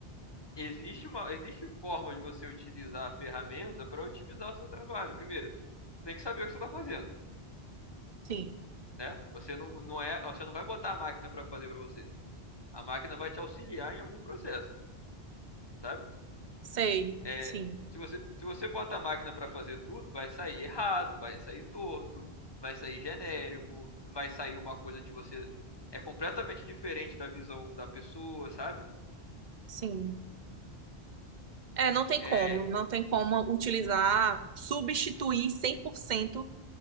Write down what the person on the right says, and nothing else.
sim.
Sei,
sim,
sim. É, não tem
como, não tem como utilizar, substituir 100%